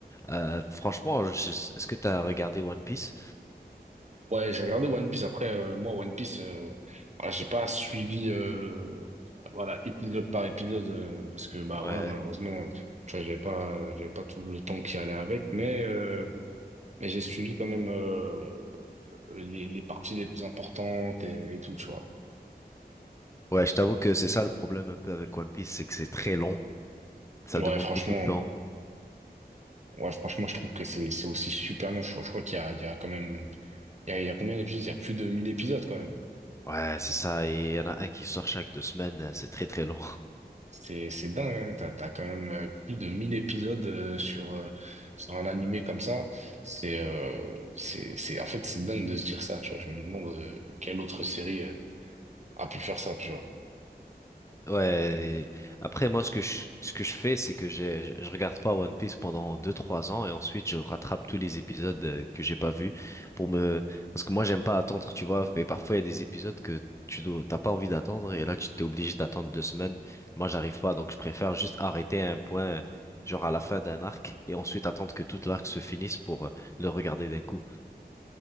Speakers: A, on the left; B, on the right.
A: euh, franchement, je- est-ce que t'as regardé One Piece?
B: Ouais, j'ai regardé One Piece. Après, euh, moi, One Piece, euh, ah, j'ai pas suivi, euh, voilà, épisode par épisode, euh, parce que, bah,
A: Ouais,
B: voilà, malheureusement, tu vois, j'avais pas, j'avais pas tout le temps qui allait avec, mais, euh, mais j'ai suivi quand même, euh, les, les parties les plus importantes et, et tout, tu vois.
A: ouais, je t'avoue que c'est ça le problème un peu avec One Piece, c'est que c'est très long, ça
B: Ouais,
A: demande
B: franchement,
A: beaucoup de temps.
B: ouais, franchement, je trouve que c'est, c'est aussi super long. Je, crois je crois qu'il y a, il y a quand même, il y a, il y a combien d'épisodes? Il y a plus de 1000 épisodes quand même.
A: Ouais, c'est ça, et il y en a un qui sort chaque deux semaines, euh, c'est très très long.
B: C'est, c'est dingue, hein. T'as, t'as quand même euh, plus de 1000 épisodes euh, sur, euh, sur un animé comme ça. C'est, euh, c'est, c'est, en fait, c'est dingue de se dire ça, tu vois. Je me demande euh, quelle autre série euh, a pu faire ça, tu vois.
A: Ouais, et après moi ce que je, ce que je fais c'est que j'ai- je, je regarde pas One Piece pendant deux trois ans et ensuite je rattrape tous les épisodes euh, que j'ai pas vus pour me parce que moi j'aime pas attendre, tu vois, mais parfois il y a des épisodes que tu dois t'as pas envie d'attendre et là tu t'es obligé d'attendre deux semaines. Moi j'arrive pas donc je préfère juste arrêter à un point genre à la fin d'un arc et ensuite attendre que tout l'arc se finisse pour euh, le regarder d'un coup.